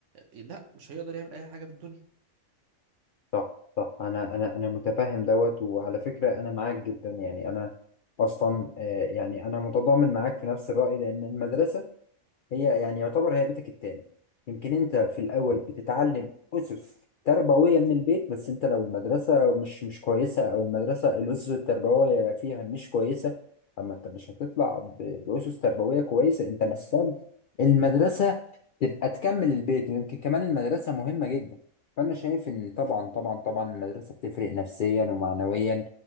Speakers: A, on the right; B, on the left.
A: لا مش هيقدر يعمل أي حاجة في الدنيا
B: صح صح انا انا انا متفهم دوت وعلى فكره انا معاك جدا يعني انا اصلا آه، يعني انا متضامن معاك في نفس الراي لان المدرسه هي يعني يعتبر هي بيتك التاني يمكن انت في الاول بتتعلم اسس تربويه
A: م-
B: من البيت بس انت لو المدرسه مش مش كويسه او المدرسه الاسس التربويه فيها مش كويسه اما انت مش هتطلع ب- باسس تربويه كويسه انت محتاج المدرسه تبقى تكمل البيت ويمكن كمان المدرسه مهمه جدا فانا شايف ان طبعا طبعا طبعا المدرسه بتفرق نفسيا ومعنويا